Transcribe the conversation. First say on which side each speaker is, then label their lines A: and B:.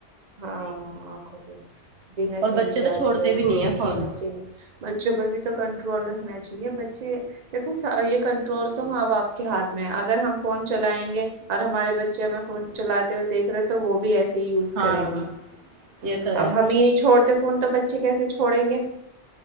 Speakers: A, on the right; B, on the right.
A: ہاں بنا
B: اور
A: چلی
B: بچے
A: جاتی
B: تو چھوڑتے
A: ہے اس
B: بھی نہیں
A: کے
B: ہیں فون
A: بچے بچوں پر بھی تو کنٹرول نا چاہیے بچے کچھ یہ کنٹرول تو ماں ا باپ کے ہاتھ میں اگر ہم فون چلائیں گے اور ہمارے بچے ہمیں فون چلاتے ہوئے دیکھ رہے تو وہ بھی ایسے ہی
B: ہاں
A: کریں گے
B: یہ تو ہے
A: اب ہمیں نہیں چھوڑتے فون تو بچے کیسے چھوڑیں گے